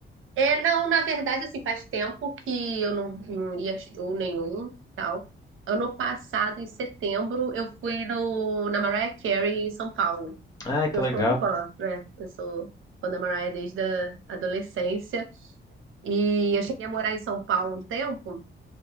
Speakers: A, on the right; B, on the left.
A: É, não, na verdade, assim, faz tempo que eu não, não ia a show nenhum, tal. Ano passado, em setembro, eu fui no, na Mariah Carey, em São Paulo.
B: Ai, que
A: Eu
B: legal.
A: sou fã, né? Eu sou fã da Mariah desde a adolescência. E eu cheguei a morar em São Paulo um tempo,